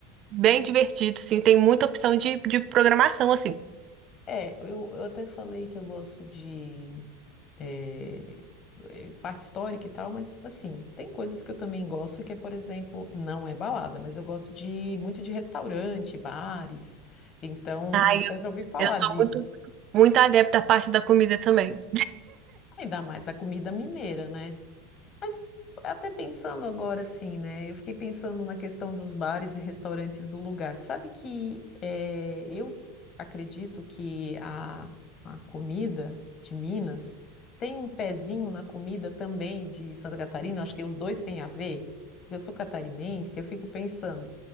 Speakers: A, on the right (about 45°); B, on the left (about 40°).
A: bem divertido, sim. Tem muita opção de, de programação, assim.
B: É, eu, eu até falei que eu gosto de eh, eh, parte histórica e tal, mas assim, tem coisas que eu também gosto, que é, por exemplo, não é balada, mas eu gosto de muito de restaurante, bares. Então,
A: Ai,
B: até
A: eu,
B: já ouvi falar
A: eu sou
B: de
A: muito, muito adepta à parte da comida também.
B: ainda mais a comida mineira, né? Mas até pensando agora assim, né? Eu fiquei pensando na questão dos bares e restaurantes do lugar. Tu Sabe que eh, eu acredito que a, a comida de Minas tem um pezinho na comida também de Santa Catarina. Acho que os dois têm a ver, porque eu sou catarinense. Eu fico pensando,